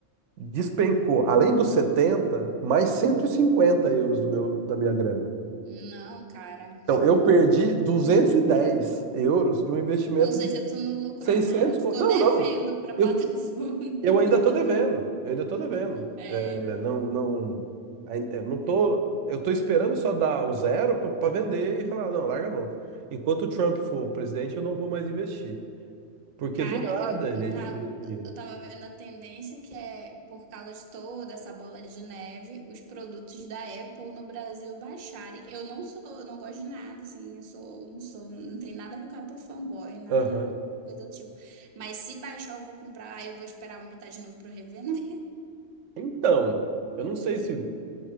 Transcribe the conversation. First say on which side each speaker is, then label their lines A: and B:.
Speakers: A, on the right; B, on the right.
A: despencou, além dos 70 mais 150 euros do meu, da minha grana.
B: Não, cara.
A: Então, eu perdi 210 euros de um investimento
B: Ou seja, tu não lucrou
A: seiscentos
B: nada, tu
A: co-
B: ficou
A: Não,
B: devendo
A: não.
B: pra plataforma.
A: Eu,
B: <laughs>
A: eu ainda tô devendo. Eu ainda tô devendo.
B: É.
A: É, não, não. ai- Eu não tô. Eu tô esperando só dar o zero pra pra vender e falar, não, larga a mão. Enquanto o Trump for presidente, eu não vou mais investir. Porque
B: Cara,
A: do nada
B: eu,
A: ele,
B: eu,
A: ele
B: tava,
A: tira.
B: eu tava vendo a tendência que é, por causa de toda essa bola de neve, os produtos da Apple no Brasil baixarem. Eu não sou, eu não gosto de nada, assim, eu sou, não sou, não tem nada a ver com Apple fanboy, nada,
A: Aham.
B: coisa do tipo. Mas se baixar, eu vou comprar, aí eu vou esperar aumentar de novo pra eu revender.
A: Então, eu não sei se.